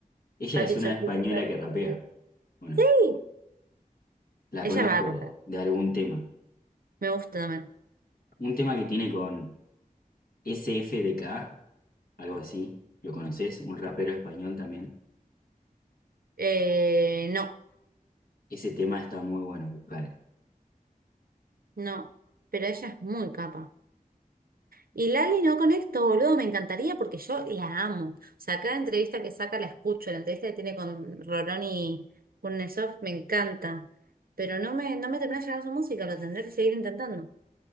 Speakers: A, on the left; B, on the right.
A: Ella
B: Fuck
A: es
B: It,
A: una
B: Chocolate
A: española que rapea.
B: Factory.
A: Bueno,
B: Sí,
A: la conozco
B: ella va a comprar.
A: de algún tema.
B: Me gusta también.
A: Un tema que tiene con SFDK, algo así, ¿lo conoces? Un rapero español también.
B: Eh, no,
A: Ese tema está muy bueno, buscale.
B: no, pero ella es muy capa. Y Lali no conecto, boludo, me encantaría porque yo la amo. O sea, cada entrevista que saca la escucho, la entrevista que tiene con Rolón y Kurnesov me encanta. Pero no me, no me termina de llegar su música, lo tendré que seguir intentando.